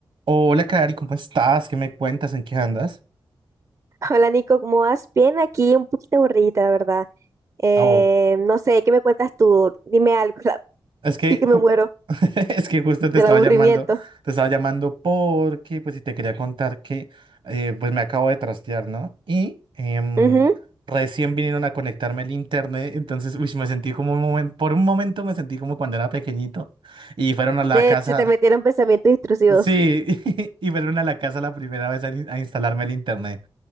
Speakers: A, on the right; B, on the right.
A: Hola, Cari, ¿cómo estás? ¿Qué me cuentas? ¿En qué andas?
B: Hola Nico, ¿cómo vas? Bien, aquí un poquito aburridita, la verdad. Eh,
A: Ah, oh,
B: no sé, ¿qué me cuentas tú? Dime algo, <laughs> la-
A: es que
B: sí que
A: ju-
B: me muero
A: <laughs> es que justo te
B: del
A: estaba
B: aburrimiento.
A: llamando, te estaba llamando porque pues si te quería contar que eh, pues me acabo de trastear, ¿no? Y em,
B: Ujú.
A: recién vinieron a conectarme el internet, entonces uy, me sentí como un momento, por un momento me sentí como cuando era pequeñito y fueron a la
B: De,
A: casa,
B: se te metieron pensamientos intrusivos.
A: sí, <laughs> y fueron a la casa la primera vez a in- a instalarme el internet.